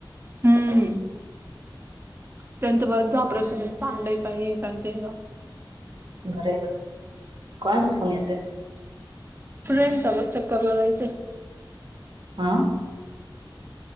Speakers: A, on the right; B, on the right.
A: हम्म त्यांचं परत जा आप्रशन पांड आहे का आहे का ते.
B: बर आहे बाई, कोणाचा फोन येतोय.
A: फ्रेंड्स बग चक्करायच.
B: हं